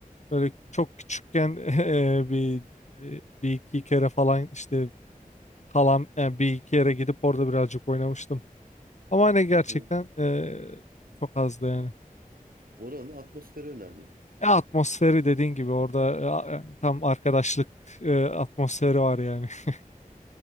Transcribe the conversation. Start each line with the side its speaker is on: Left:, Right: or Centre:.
Left: böyle çok küçükken <laughs> eee, bir e, bir iki kere falan işte kalan yani bir iki yere gidip orada birazcık oynamıştım. Ama hani gerçekten
Right: Hı hı.
Left: eee, çok azdı yani.
Right: Oranın atmosferi önemli.
Left: E, atmosferi dediğin gibi orada e, a- yani tam arkadaşlık e, atmosferi var yani. <laughs>